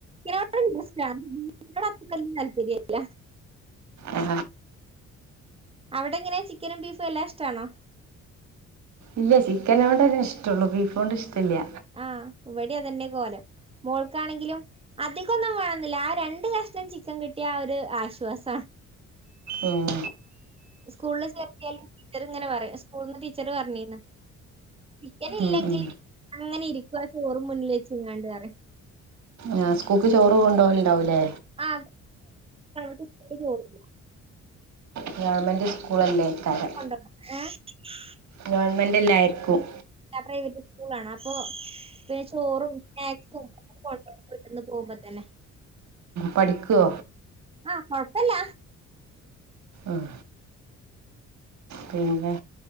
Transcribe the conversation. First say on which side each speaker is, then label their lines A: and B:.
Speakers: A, on the right (about 20°); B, on the right (about 65°).
A: <unintelligible> അപ്പന്നും താല്പര്യല്ല
B: ആ
A: അവിടെ എങ്ങനെയാ ചിക്കനും ബീഫും എല്ലാം ഇഷ്ടാണോ
B: ഇല്ല ചിക്കനോട് ഒരു ഇഷ്ടോള്ളൂ ബീഫോണ്ട് ഇഷ്‌ടീല്യ
A: ആഹ് ഇവിടെ അതന്നെ കോലം മോൾക്കാണെങ്കിലും അധികൊന്നും വേണെന്നില്ല ആ രണ്ട് കഷണം ചിക്കൻ കിട്ടിയ ഒരു ആശ്വാസ
B: ഉം
A: സ്കൂളിൽ ചേർത്തിയാലും ടീച്ചർ ഇങ്ങനെ പറയാ സ്കൂളിൽന്ന് ടീച്ചർ പറഞ്ഞീന്ന് ചിക്കൻ ഇല്ലെങ്കിൽ
B: ഉം ഉം
A: അങ്ങനെ ഇരിക്കുവ ചോറും മുന്നിൽ വച്ച ങ്ങാണ്ട് റിയു <inaudible>
B: ആ സ്കൂൾക്ക് ചോറ് കൊണ്ടോവല് ഉണ്ടാവും ല്ലേ
A: അ സ്കൂൾക്ക്
B: ഗവണ്മെൻറ് സ്കൂളല്ലേക്കാ രം
A: കൊണ്ടോണം <inaudible>
B: ഗവൺമെന്റ് എല്ല ആരിക്കും
A: പ്രൈവറ്റ് സ്കൂൾ ആണ് അപ്പൊ പിന്നെ ചോറും സ്നാക്സും കൊണ്ടോവും ഇവിടുന്നു പോകുമ്പോ തന്നെ
B: പഠിക്കോ
A: ആഹ് കൊഴപ്പല്ല
B: ഉം പിന്നെ